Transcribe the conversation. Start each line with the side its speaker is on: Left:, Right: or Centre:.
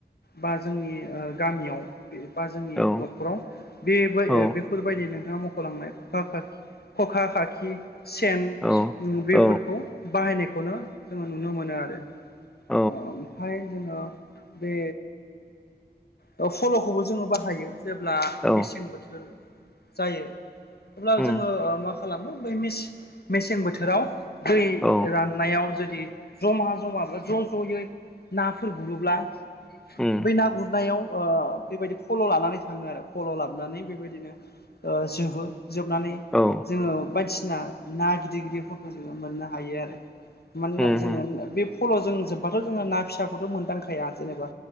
Left: बा जोंनि ओ गामियाव बा जोंनि
Centre: औ
Left: नख न'खराव बेबा ओ
Centre: औ
Left: बेफोरबायदि नोंथाङा मख'लांनाय खखा खाखि खखा खाखि सेन
Centre: औ
Left: उम बैफोरखौ
Centre: औ
Left: बाहायनायखौनो जोङो नुनो मोनो आरो।
Centre: औ
Left: ओमफ्राय जोङो बे ओ फल'खौबो जोङो बाहायो जेब्ला
Centre: औ
Left: मेसें बोथोर जायो। अब्ला
Centre: उम
Left: जोङो ओ मा खालामो बै मेस-मेसें बोथोराव दै
Centre: औ
Left: राननायाव जुदि जमा जमा बा ज' ज'यै नाफोर गुरोब्ला
Centre: उम
Left: बै ना गुरनायाव ओ बेबायदि फल' लानानै थाङो आरो फल' लाबनानै बेबायदिनो ओ जोबो जोबनानै
Centre: औ।
Left: जोङो बायदिसिना ना गिदिर गिदिरफोरखौ जोङो मोननो हायो आरो। मानोना
Centre: उम
Left: जोङो
Centre: उम
Left: बे फल' जों जोब्बाथ' जोङो ना फिसाखौथ' मोनदांखाया जेनेबा